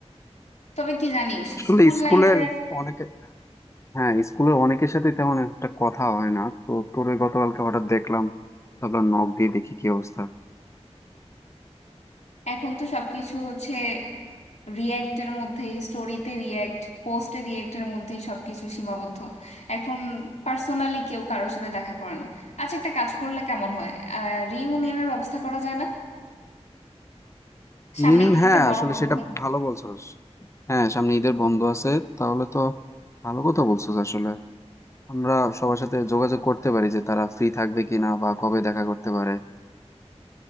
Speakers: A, on the left; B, on the left.
A: তবে কি জানিস
B: আসলে
A: স্কুল
B: স্কুলের
A: লাইফের
B: অনেকে হ্যাঁ স্কুলের অনেকের সাথে তেমন একটা কথা হয় না তো তোর ওই গতকালকে হঠাৎ দেখলাম তারপর নক দিয়ে দেখি কি অবস্থা
A: এখন তো সবকিছু হচ্ছে রিয়্যাক্টের মধ্যে স্টোরিতে রিয়্যাক্ট পোস্টে রিয়্যাক্টের মধ্যেই সবকিছু সীমাবদ্ধ এখন পার্সোনালি কেউ কারোর সাথে দেখা করে না আচ্ছা একটা কাজ করলে কেমন হয় আহ রিইউনিয়নের ব্যবস্থা করা যায় না
B: রিইউনিয়ন
A: সামনে
B: হ্যাঁ
A: একটা বড়
B: আসলে
A: বন্ধ
B: সেটা ভালো বলছস হ্যাঁ সামনে ঈদের বন্ধ আছে তাহলে তো ভালো কথা বলছস আসলে আমরা সবার সাথে যোগাযোগ করতে পারি যে তারা ফ্রি থাকবে কিনা বা কবে দেখা করতে পারে